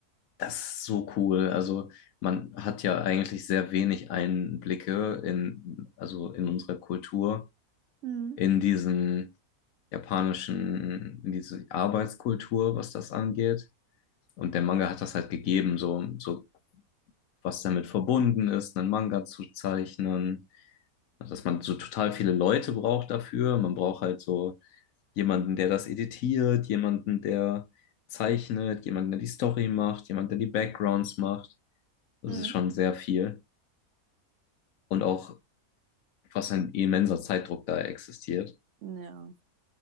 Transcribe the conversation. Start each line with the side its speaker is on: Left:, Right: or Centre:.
Left: das ist so cool. Also man hat ja eigentlich sehr wenig Einblicke in, also in unsere Kultur
Right: Hm.
Left: in diesem japanischen, in diese Arbeitskultur, was das angeht. Und der Manga hat das halt gegeben, so, so was damit verbunden ist, einen Manga zu zeichnen, dass man so total viele Leute braucht dafür. Man braucht halt so jemanden, der das editiert, jemanden, der zeichnet, jemanden, der die Story macht, jemanden, der die Backgrounds macht. Das
Right: Hm.
Left: ist schon sehr viel. Und auch, was ein immenser Zeitdruck da existiert.
Right: Ja.